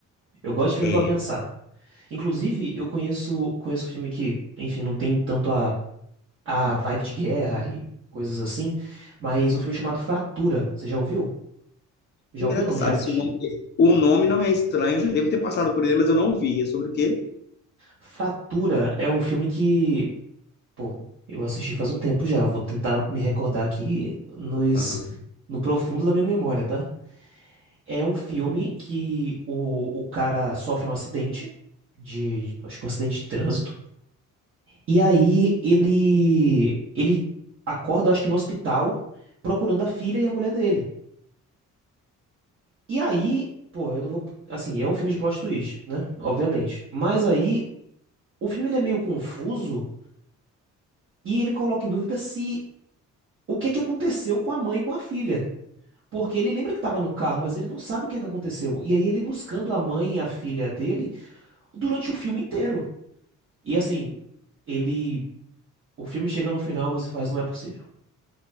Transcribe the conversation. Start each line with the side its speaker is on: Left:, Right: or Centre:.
Right: Eu gosto de filme
Left: É.
Right: pra pensar. Inclusive, eu conheço, conheço filme que, enfim, não tem tanto a a vibe de guerra e coisas assim, mas um filme chamado Fratura, você já ouviu? Já
Left: Engraçado,
Right: ouviu não? Já assistiu?
Left: esse nome, o nome não me é estranho, eu já devo ter passado por ele, mas eu não vi. É sobre o quê?
Right: Fratura é um filme que, pô, eu assisti faz um tempo já, vou tentar me recordar aqui nos,
Left: Aham.
Right: no profundo da minha memória, tá? É um filme que o, o cara sofre um acidente de, acho que um acidente de trânsito, e aí ele ele acorda, acho que no hospital, procurando a filha e a mulher dele. E aí, pô, eu não vou. Assim, é um filme de plot twist, né? Obviamente. Mas aí, o filme ele é meio confuso e ele coloca em dúvida se o que é que aconteceu com a mãe e com a filha. Porque ele lembra que tava no carro, mas ele não sabe o que é que aconteceu. E aí, ele buscando a mãe e a filha dele durante o filme inteiro. E assim, ele. O filme chega no final, você faz, não é possível.